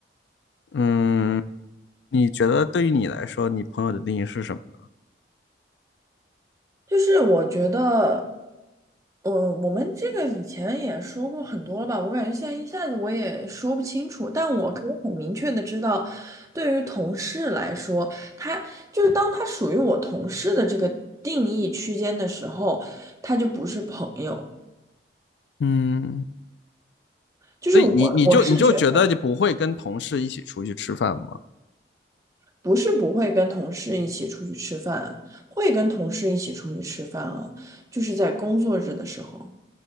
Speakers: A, on the left; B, on the right.
A: 嗯，你觉得对于你来说，你朋友的定义是什么呢？
B: 就是我觉得我我们这个以前也说过很多了吧，我感觉现在一下子我也说不清楚，但我可以很明确的知道，对于同事来说，他就是当他属于我同事的这个定义区间的时候，他就不是朋友。
A: 嗯。
B: 就是我我是觉得
A: 所以你你就你就觉得你不会跟同事一起出去吃饭吗？
B: 不是不会跟同事一起出去吃饭，会跟同事一起出去吃饭啊，就是在工作日的时候。